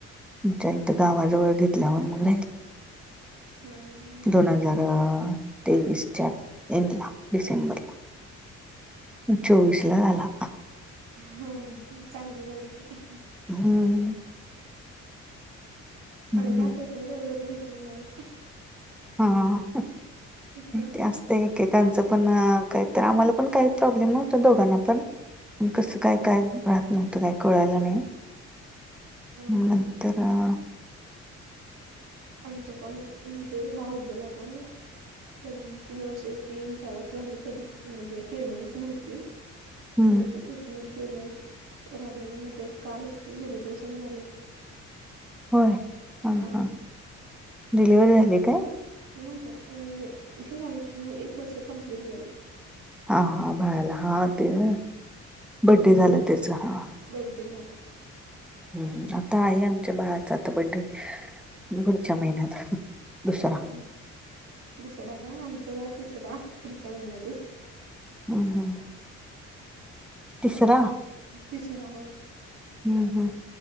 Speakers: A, in the centre; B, on the right.
A: आमच्या इथं गावाजवळ घेतल्यावर मग राहील.
B: हा हं.
A: दोन हजार तेवीसच्या एंडला डिसेंबरला. चोवीसला झाला.
B: हं चांगलं झालंय.
A: हम्म
B: आम्ही
A: हम्म
B: काय ट्रीटमेंट वगैरे घेतली नाय.
A: हा,
B: हा
A: ते अस ते एकेकांचं पण काहीतर, आम्हालापण काही प्रॉब्लेम नव्हता दोघांना पण. मग कसं काय काय राहत नव्हतं, काय कळालं नाही. मग
B: हा
A: नंतर हा
B: आमच्यापण म्हणजे भाऊजला पण तर तीन वर्ष, तीन चार वर्ष झालं तरी म्हणजे प्रेग्नेन्सी नव्हती.
A: हम्म
B: मीबी ट्रीटमेट करूनच राहिलेलं, मग ते कालच की सेलिब्रेशन झालं.
A: होय हां
B: हा
A: हां, डिलिवरी झाली काय?
B: नाही म्हणजें इशू झालं की, मग एक वर्ष कम्प्लीट झालं.
A: हां हां बाला हा ते, ना बड्डे झालं त्याच हं
B: बडे झाला.
A: हम्म हम्म आता आहे आमच्या बाळाचा आता बड्डे. पुढच्या महिन्यात, दुसरा
B: हो दुसरा काय आमच्याला, दुसरा पुढच्या महिन्यातच.
A: अं हम्म. तिसरा,
B: तिसरा होय
A: हम्म हम्म,